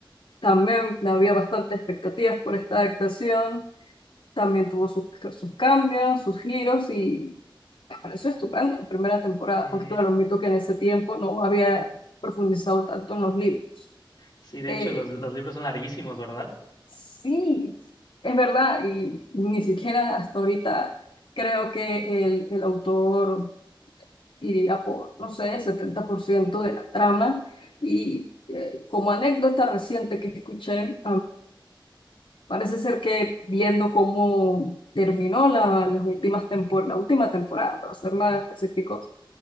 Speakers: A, on the left; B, on the left.
A: también había bastantes expectativas por esta adaptación. También tuvo sus, sus cambios, sus giros y me pareció estupendo la primera temporada.
B: Eh,
A: Aunque claro, admito que en ese tiempo no había profundizado tanto en los libros.
B: sí, de
A: Eh,
B: hecho, los, los libros son larguísimos, ¿verdad?
A: sí, es verdad y ni siquiera hasta ahorita creo que el, el autor iría por, no sé, 70% de la trama y eh, como anécdota reciente que escuché, Parece ser que viendo cómo terminó la, las últimas tempor- la última temporada, para ser más específicos,